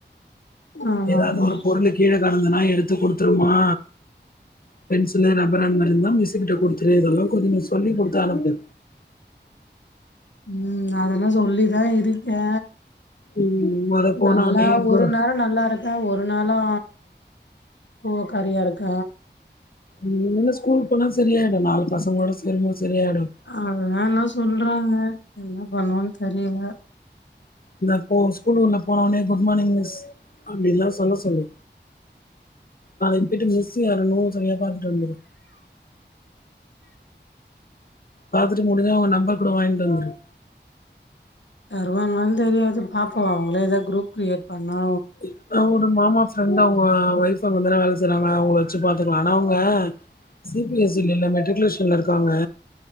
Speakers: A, on the left; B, on the left.
A: ஆமா
B: ஏதாது
A: ஆமா
B: ஒரு பொருள் கீழ கடந்தனா எடுத்து குடுத்துருமா பென்சிலு ரப்பர் அந்த மாறி இருந்தா மிசிக்கிட்ட கொடுத்துரு இதெல்லா கொஞ்ச சொல்லி கொடுத்து அனுப்பு
A: ம் அதெல்லா சொல்லிதா இருக்கே
B: ம் மொத போன
A: நல்லா
B: ஒன்னே கு
A: ஒரு நேர நல்லா இருக்க ஒரு நாளு கோவக்காரியா இருக்க
B: ம் என்ன ஸ்கூல் போனா சரியாயிடு நாலு பசங்களோட சேரும்போது சரியாயிடு
A: அதுதா எல்லா சொல்றாங்க என்ன பண்ணுவன்னு தெரியல
B: இந்த இப்போ ஸ்கூல்குள்ளே போன உடனே குட் மார்னிங் மிஸ் அப்டின்ல்லா சொல்ல சொல்லு நாளைக்கு போயிட்டு மிஸு யாருணு சரியா பாத்துட்டு வந்துரு பாத்துட்டு முடிஞ்சா அவங்க நம்பர் கூட வாங்கிட்டு வந்துரு
A: தருவான்னா தெரியாது பாப்போ அவங்களே ஏதா குரூப் கிரியேட் பண்ணா
B: ல்லனா உடு மாமா ஃப்ரெண்ட் அவங்க ஒயஃப் அங்கதான வேலை செய்றாங்க அவங்கள வச்சு பா த்துகலா ஆனா அவங்க சி பி எஸ் சி ல இல்ல மெட்ரிகுலேஷன்ல இருக்காங்க